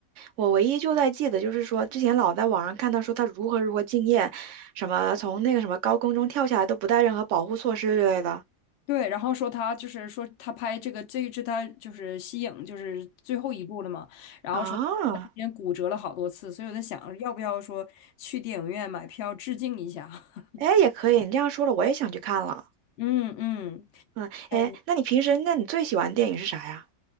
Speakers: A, on the right; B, on the left.
A: 我唯一就在记得就是说，之前老在网上看到说他如何如何敬业，什么从那个什么高空中跳下来都不带任何保护措施之类的
B: 对，然后说他就是说他拍这个这一支他就是息影就是最后一部了嘛，然后说他中间骨折了好多次，
A: 啊。
B: 所以我在想要不要说去电影院买票致敬一下？<laughs>
A: 哎，也可以，你这样说了，我也想去看了。
B: 嗯嗯，
A: 嗯，
B: 哎。
A: 哎，那你平时，那你最喜欢的电影是啥呀？